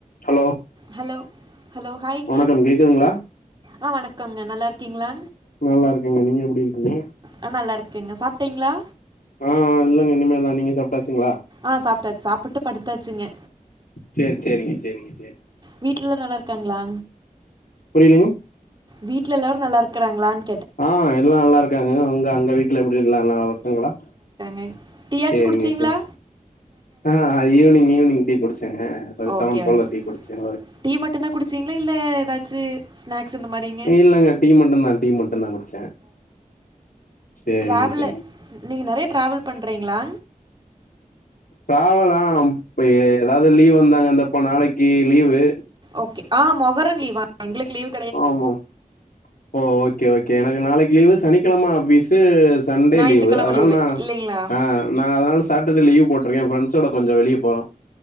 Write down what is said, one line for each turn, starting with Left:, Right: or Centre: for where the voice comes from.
Left: Hello
Right: hello hello ஹாய்ங்க
Left: வணக்கம் கேக்குதுங்களா
Right: ஆ வணக்கோங்க நல்லாருக்கீங்களா
Left: நல்லா இருக்கங்க நீங்க எப்டி இருக்குங்க
Right: ஆ நல்லா இருக்கேங்க சாப்ட்டீங்களா
Left: ஆ இல்லங்க இனிமே தா நீங்க சாப்டாச்சுங்களா
Right: ஆ சாப்ட்டாச்சு சாப்பிட்டு படுத்தாச்சுங்க
Left: சேர் சேரிங்க சேரிங்க சேரி
Right: வீட்ல எல்லா நல்லா ருக்காங்களா
Left: புரிலேங்க
Right: வீட்ல எல்லாரு நல்லாருக்காறாங்களான்
Left: ஆ எல்லா நல்லா இருக்காங்கங்க உங்க அங்க வீட்ல எப்டி எல்லா நல்லா இருக்காங்களா
Right: ஐ டீயாச்சு
Left: சேரிங்க
Right: குடிச்சீங்களா
Left: சேரி ஆ ஹ ஈவ்னிங் ஈவ்னிங் டீ குடிச்சேங்க ஒரு
Right: ஓகே
Left: செவன் போல
Right: ஓகே
Left: டீ குடுச்சு ஓய்
Right: டீ மட்டுதா குடிச்சீங்களா இல்ல எதாச்சு ஸ்நாக்ஸ் இந்த மாரிங்
Left: இல்லங்க டீ மட்டுதா டீ மட்டுதா குடிச்சே சேரிங்க
Right: ட்ராவல்லு
Left: சேரி
Right: நீ நீங்க நெறைய ட்ராவல் பண்றீங்ளா
Left: டிராவெல்லாம் இப்ப எ எதாது லீவ்வு வந்தாங்க அந்த இப்ப நாளைக்கி லீவு
Right: ஓகே ஆ மொகரன் லீவா எங்களுக்கு லீவ்
Left: ஆமாம் ஓ ஓகே ஓகே எனக்கு நாளைக்கு லீவு சனிக்கெழம ஆஃபீஸு சன்டே
Right: ஞாயித்துக்கிழம
Left: லீவு அதனால நா
Right: இல்லைங்களா
Left: ஆ நா அதனால சாட்டர்டே லீவ்வு போட்ருக்கே ஃப்ரெண்ட்ஸ் ஓட கொஞ்சோ வெளிய போறோ